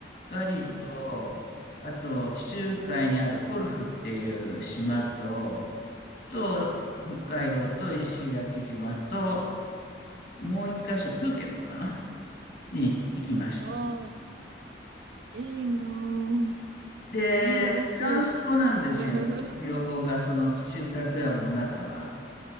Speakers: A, on the left (about 75°); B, on the right (about 75°).
A: バリと、
B: うん
A: あと地中海にあるコルフっていう島と、と北海道と石垣島と、もう一箇所プーケットかなに行きました。
B: わあ、いいなぁ。
A: で、
B: 優雅そうですね。
A: フランス語なんですよ。
B: <laughs> う
A: 公語が、その地中海クラブの中は。